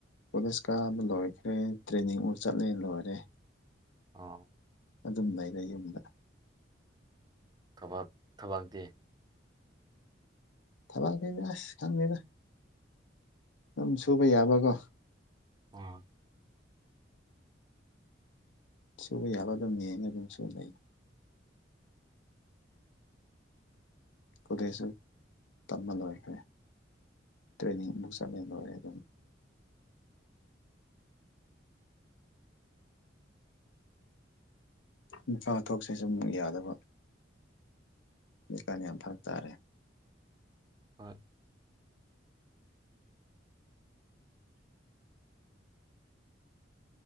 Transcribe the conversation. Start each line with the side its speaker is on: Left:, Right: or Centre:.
Left: ꯀꯣꯂꯦꯖ ꯀꯥꯕ ꯂꯣꯏꯈ꯭ꯔꯦ ꯇ꯭ꯔꯦꯅꯤꯡ ꯑꯃꯨ ꯆꯠꯂꯦ ꯂꯣꯏꯔꯦ
Right: ꯑꯥ
Left: ꯑꯗꯨꯝ ꯂꯩꯔꯦ ꯌꯨꯝꯗ
Right: ꯊꯕꯥꯛ ꯊꯕꯥꯛꯇꯦ
Left: ꯊꯕꯛꯒꯅꯦ ꯑꯁ ꯈꯪꯕꯤꯕ ꯑꯗꯨꯝ ꯁꯨꯕ ꯌꯥꯕꯀꯣ
Right: ꯑ
Left: ꯁꯨꯕ ꯌꯥꯕ ꯑꯗꯨꯝꯅꯦꯅ ꯑꯗꯨꯝ ꯁꯨꯅꯩ ꯈꯨꯗꯁꯨ ꯇꯝꯕꯜ ꯂꯏꯈꯦ ꯇ꯭ꯔꯦꯅꯤ ꯃꯨꯁꯗꯅꯦ ꯑꯗꯨ ꯏꯝꯐꯥ ꯊꯣꯛꯁꯤ ꯁꯨꯝ ꯌꯥꯗꯕ ꯂꯩꯀꯥꯟ ꯌꯥꯝ ꯐꯔꯕ ꯇꯥꯔꯦ
Right: ꯍ